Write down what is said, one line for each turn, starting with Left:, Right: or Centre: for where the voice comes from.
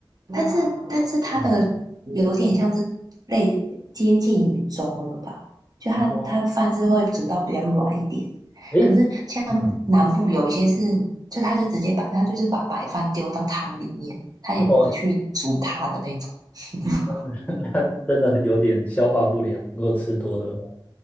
Right: 但是但是它的有点像是类接近于粥了吧？
Left: 嗯，
Right: 就它它的饭是会煮到比较软一点，
Left: 哦，诶，
Right: 可是像南部有一些是，
Left: 嗯，
Right: 就它就直接把它就是把白饭丢到汤里面，它也不会去煮它的那种。
Left: 然后
Right: <laughs>
Left: 嗯那 <laughs> 那真的有点消化不良，如果吃多的话。